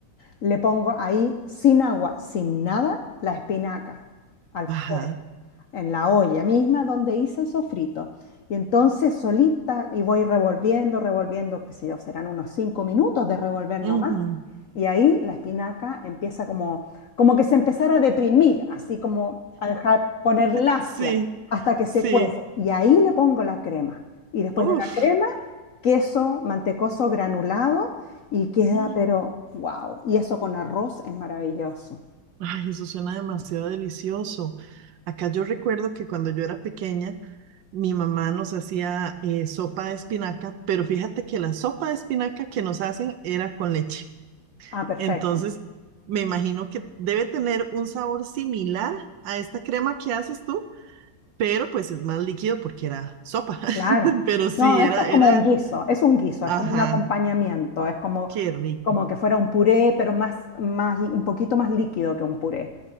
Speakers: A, on the left; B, on the right.
A: le pongo ahí sin agua, sin nada, la espinaca al
B: Ajá.
A: fuego en la olla misma donde hice el sofrito. Y entonces solita y voy revolviendo, revolviendo, qué sé yo, serán unos cinco minutos de revolver nomás.
B: Ujú. <laughs>
A: Y ahí la espinaca empieza como, como que se empezara a deprimir, así como a dejar poner lacia
B: Sí,
A: hasta que se
B: sí.
A: cuece. Y ahí le pongo la crema. Y después
B: Uf.
A: de la crema, queso mantecoso granulado y queda,
B: Mm.
A: pero wow. Y eso con arroz es maravilloso.
B: Ay, eso suena demasiado delicioso. Acá yo recuerdo que cuando yo era pequeña, mi mamá nos hacía eh, sopa de espinaca, pero fíjate que la sopa de espinaca que nos hacen era con leche.
A: Ah, perfecto.
B: Entonces, me imagino que debe tener un sabor similar a esta crema que haces tú. pero pues es más líquido porque era sopa.
A: Claro.
B: <laughs> Pero sí,
A: No,
B: era,
A: esto es
B: era,
A: como un guiso, es un guiso,
B: ajá,
A: es como un acompañamiento, es como,
B: qué rico.
A: como que fuera un puré, pero más, más, un poquito más líquido que un puré.